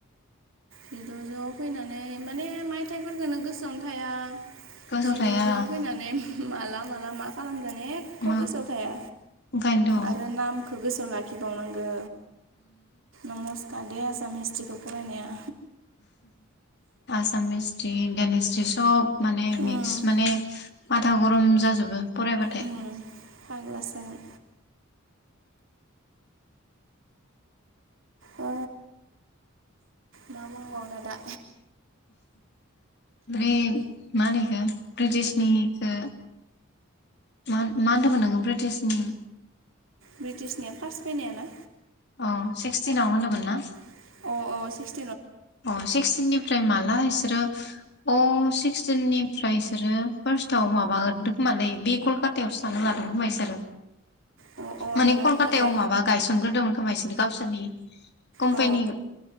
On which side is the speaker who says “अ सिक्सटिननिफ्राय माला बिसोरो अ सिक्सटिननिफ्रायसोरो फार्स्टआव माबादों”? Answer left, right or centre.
Left